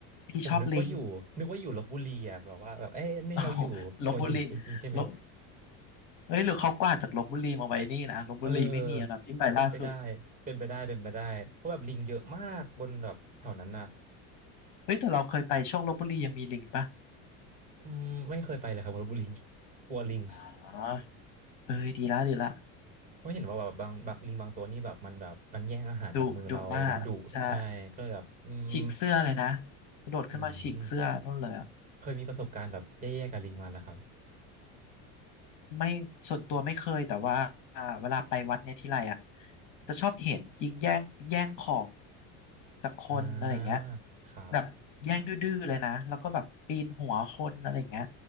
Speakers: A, on the left (about 60°); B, on the right (about 20°).
A: พี่ชอบลิง
B: ผมนึกว่าอยู่นึกว่าอยู่ลพบุรีอ่ะแบบว่าแบบเอ้ยนี่เราอยู่หัวหินจริงๆใช่ไหม
A: โอ้โหลพบุรีลพเอ้ยหรือเขากวาดจากลพบุรีมาไว้นี่นะลพบุรีไม่มีแล้วนะพี่ไปล่าสุด
B: เออเป็นไปได้เป็นไปได้เป็นไปได้เพราะแบบลิงเยอะมากบนแบบแถวนั้นน่ะ
A: เฮ้ยแต่เราเคยไปช่วงลพบุรียังมีลิงปะ
B: อืมไม่เคยไปเลยครับลพบุรี <laughs> กลัวลิง
A: อ๋อเอ้ยดีละดีละ
B: เพราะเห็นว่าแบบบางบางลิงบางตัวนี่แบบมันแบบมันแย่งอาหารจากมือเรามันดุใช่ก็เลยแบบอืม
A: ดุดุมากใช่ฉีกเสื้อเลยนะกระโดดขึ้นมาฉีกเสื้อนู่นเลยอ่ะ
B: อืมเคยมีประสบการณ์แบบแย่ๆกับลิงมาแล้วครับ
A: อืม ไม่ส่วนตัวไม่เคยแต่ว่าอ่าเวลาไปวัดเนี่ยทีไรอ่ะจะชอบเห็นยิงแย่งแย่งของจากคนอะไรอย่างเงี้ย
B: อ่าครับ
A: แบอบแย่งดื้อๆเลยนะแล้วก็แบบปีนหัวคนอะไรอย่างเงี้ย